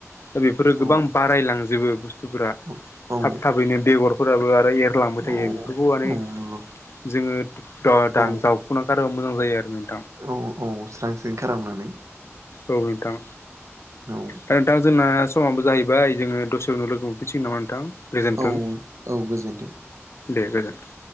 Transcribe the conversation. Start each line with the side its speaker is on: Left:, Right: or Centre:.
Left: दा बेफोरो गोबां
Right: औ
Left: बारायलांजोबो बुस्थुफोरा
Right: औ
Left: थाब थाबैनो बेगरफोराबो आरो एरलांबाय
Right: औ
Left: थायो बेफोरखौ माने
Right: औ नंगौ
Left: जोंओ दान
Right: औ
Left: जावफुनार गार्बा खाय आरो
Right: औ औ स्रां स्रिं खालामनानै।
Left: औ नोंथां
Right: औ
Left: दा नोंथां जोंना समाबो जाहैबाय जोङो दसे उनाव लोगो मोनफैनसिगोन नामा नोंथां? गोजोन्थों
Right: औ औ गोजोनथों।
Left: दे गोजोन्थों।